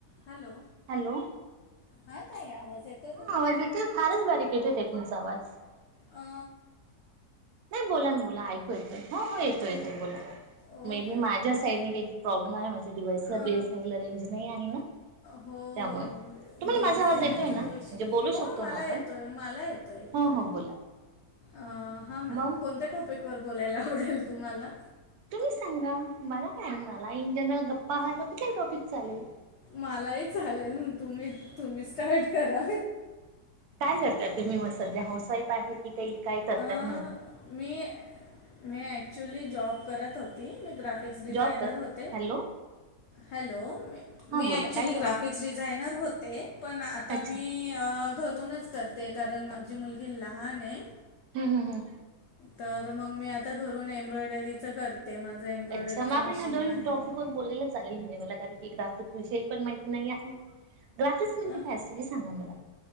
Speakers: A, on the left; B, on the right.
A: Hello
B: hello!
A: हा ताई आवाज येतोय
B: हा,
A: का तुम्हाला?
B: आवाज येतोय फारच बारीक येत होते. तुमचा आवाज. <inaudible>
A: अ
B: नाही बोला. ना बोला ऐकू येतोय. हो हो येतोय. येतोय येतोय बोला.
A: ओके
B: मे बी
A: ओके
B: माझ्या
A: ओके.
B: साईडने काहीतरी प्रॉब्लेम आहे. माझ्या डिवाइस बी.
A: अ
B: एस. एन. एल. ला रेंज नाही आहे ना
A: हो
B: त्यामुळें,
A: हो
B: तुम्हाला
A: बी
B: माझा
A: एस
B: आवाज
A: एन
B: येतोय
A: एलचा
B: ना
A: तो
B: म्हणजे
A: इश्यू
B: बोलू
A: हो
B: शकतो
A: मला
B: ना आपण,
A: येतोय मला येतोय येतोय.
B: हो हो बोला.
A: अ हां
B: मग
A: कोणत्या टॉपिक वर. बोलायला आवडेल तुम्हाला.
B: तुम्ही सांगा मला काय मला. <unintelligible> कुठलाही टॉपिक चालेल
A: मला ही चालेल, तुम्ही तुम्ही स्टार्ट करा.
B: काय करताय तुम्ही मगं सध्या हाऊस वाइफ आहे की, काही काय करताात?
A: अ मी मी ॲक्च्युली जॉब करत होते <unintelligible> ग्राफिक्स डिझायनर
B: जॉब कर
A: होते.
B: Hello
A: hello!
B: हां
A: मी
B: बोला
A: ॲक्च्युअली
B: काय
A: ग्राफिक्स
B: जॉब
A: डिझायनर होते, पण आता
B: अच्छा
A: मी घरूनच करते का? कारण माझी मुलगी लहान आहे.
B: हम्म हम्म हम्म
A: तर मग मी आता घरून एम्ब्रॉयडरीच करते. माझं एम्ब्रॉयडरीचं
B: अच्छा! मग आपण
A: मशीन
B: ह्या दोन्ही
A: आहे
B: टॉपिक वर बोललेल चालेल, म्हणजे मला <unintelligible> ग्राफिक विषयी पण माहिती नाही आहे. ग्राफिक्स म्हणजे
A: अ
B: काय असतं हे सांगा मला